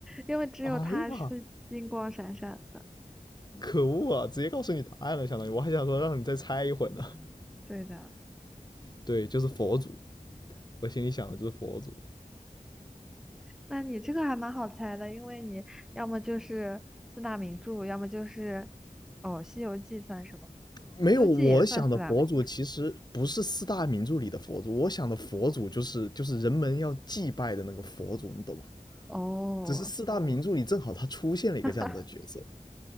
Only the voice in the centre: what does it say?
因为只有他是金光闪闪的。
对的，
那你这个还蛮好猜的，因为你要么就是四大名著，要么就是哦，《西游记》算什么？
《西游记》也算四大名
著。哦，
<laughs>